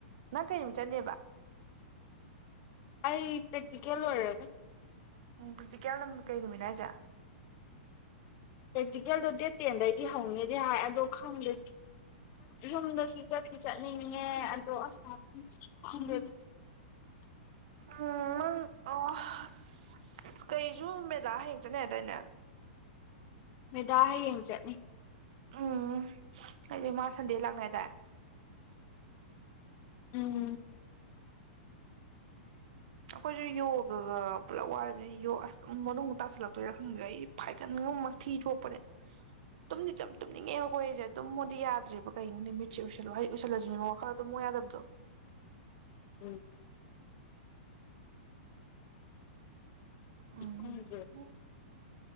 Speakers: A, on the right (about 55°); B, on the left (about 35°).
A: ꯅꯪ ꯀꯩ ꯅꯨꯃꯤꯠ ꯆꯠꯅꯤꯕ
B: ꯑꯩ ꯄ꯭ꯔꯦꯛꯇꯤꯀꯦꯜ ꯂꯣꯏꯔꯒ
A: ꯎꯝ ꯄꯔꯦꯛꯇꯤꯀꯦꯜ ꯀꯩ ꯅꯨꯃꯤꯠ ꯍꯥꯏꯖꯦ
B: ꯄ꯭ꯔꯦꯛꯇꯤꯀꯦꯜꯗꯣ ꯗꯦꯠ ꯇꯦꯟꯗꯩꯗꯤ ꯍꯧꯅꯦꯗꯤ ꯍꯥꯏ ꯑꯗꯣ ꯈꯪꯗꯦ ꯌꯨꯝꯗꯁꯨ ꯆꯠꯇꯤ ꯆꯠꯅꯤꯡꯉꯦ ꯑꯗꯣ ꯑꯁ ꯈꯪꯗꯦ
A: ꯎꯝ ꯃꯪ ꯑꯥ ꯑꯁ ꯀꯩꯖꯨ ꯃꯦꯠ ꯂꯥ ꯍꯥꯌꯦꯡ ꯆꯠꯅꯤ ꯍꯥꯌꯗꯥꯏꯅꯦ
B: ꯃꯦꯗꯥ ꯍꯌꯦꯡ ꯆꯠꯅꯤ
A: ꯎꯝ ꯍꯥꯏꯗꯤ ꯃꯥꯁ ꯁꯟꯗꯦ ꯂꯥꯛꯅꯦꯗ
B: ꯎꯝ
A: ꯑꯩꯈꯣꯏꯁꯨ ꯌꯣꯒꯒ ꯄꯨꯂꯞ ꯋꯥꯃꯤꯅꯤ ꯌꯣ ꯑꯁ ꯑꯗꯨꯝ ꯃꯅꯨꯡꯗ ꯇꯥꯁꯤꯜꯂꯛꯄꯩꯔ ꯈꯪꯗ꯭ꯔꯦ ꯑꯩ ꯐꯥꯏꯒꯠꯒ ꯃꯊꯤ ꯊꯣꯛꯄꯅꯦ ꯇꯨꯝꯗꯤ ꯇ ꯇꯨꯡꯉꯡꯔꯤꯁꯦ ꯇ ꯃꯨꯗꯤ ꯌꯥ ꯠꯇꯔꯤꯕ ꯀꯩꯅꯣꯅꯦ ꯃꯤꯠꯁꯤꯦ ꯎꯁꯜꯂꯣ ꯍꯥꯏ ꯎꯁꯜꯂꯁꯤꯕ ꯋꯥꯈꯗ ꯃꯣꯏ ꯌꯥꯗꯕꯗꯣ
B: ꯎꯝ
A: ꯎꯝ
B: ꯍꯪ